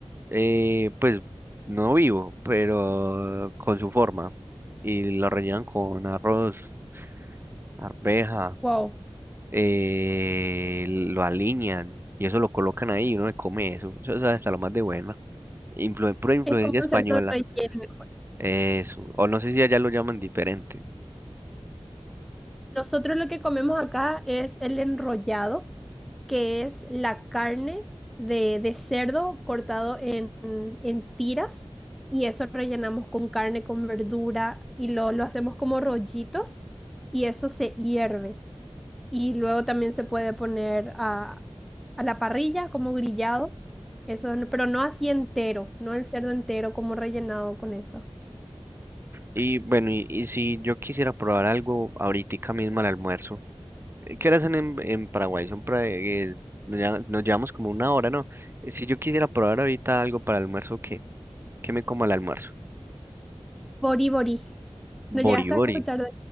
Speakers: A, on the right; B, in the centre.
A: Eh, pues no vivo, pero con su forma. Y lo rellenan con arroz, arveja,
B: Wow.
A: eh, lo alinean y eso lo colocan ahí y uno se come eso. Eso es hasta lo más de buena. Influ pura influencia
B: Es como
A: española.
B: un cerdo relleno.
A: Eso. O no sé si allá lo llaman diferente.
B: Nosotros lo que comemos acá es el enrollado, que es la carne de, de cerdo cortado en, en tiras y eso rellenamos con carne, con verdura y lo, lo hacemos como rollitos y eso se hierve. Y luego también se puede poner a, a la parrilla como grillado, eso, no- pero no así entero, no el cerdo entero como rellenado con eso.
A: Y bueno, y, y si yo quisiera probar algo ahorita mismo al almuerzo. eh, ¿Qué horas son en, en Paraguay? Son pra- eh, nos llama- nos llevamos como una hora, ¿no? Si yo quisiera probar ahorita algo para el almuerzo, ¿qué? ¿Qué me como al almuerzo?
B: Bori Bori. ¿No llegaste
A: Bori
B: a
A: bori.
B: escuchar de